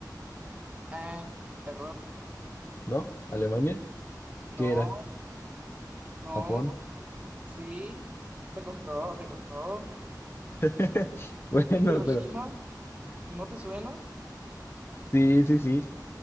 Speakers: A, on the right; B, on the left.
A: Ah, error.
B: ¿No? ¿Alemania?
A: No,
B: ¿Qué era?
A: no,
B: ¿Japón?
A: sí. Te costó, te costó.
B: <laughs> Bueno,
A: Hiroshima,
B: pero
A: ¿no te suena?
B: sí, sí, sí.